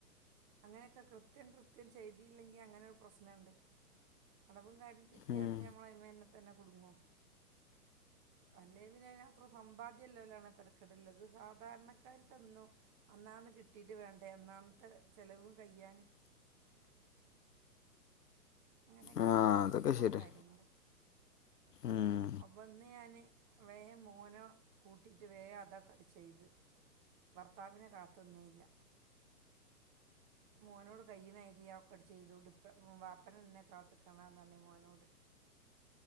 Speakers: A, on the right; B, on the left.
A: അങ്ങനെയൊക്കെ കൃത്യം കൃത്യം ചെയ്തിയില്ലെങ്കില് അങ്ങനെരു പ്രശ്നമുണ്ട് അടകവും കാര്യം തെറ്റിയാ
B: ഉം.
A: പിന്നെ നമ്മള തന്നെ കൊടുങ്ങും അല്ലേ വിനന അത്ര സമ്പാദ്യം ഇല്ലല്ലാണ് തിരക്കിടുള്ളത് സാധാരണക്കാർക്ക് അന്നാന്ന് കിട്ടിയിട്ട് വേണ്ട എന്നാമത്തെ ചെലവും കയ്യാന് അങ്ങനെയൊക്കെയാണ്
B: ആ അതൊക്കെ
A: നമ്മള
B: ശരി
A: കാര്യങ്ങൾ
B: ഉം.
A: അപ്പന്ന് ഞാന് വേ മോനോ കൂട്ടിട്ട് വേ അതാ കട ചെയ്ത് ഭർത്താവിനന് കാത്തൊന്നല്ല മോനോട് കയ്യുന്നായി ക്ക ചെയ്തൊണ്ട് ഇ വാപ്പന എന്നന്നെ കാത്ത്ക്കണ മോനോട്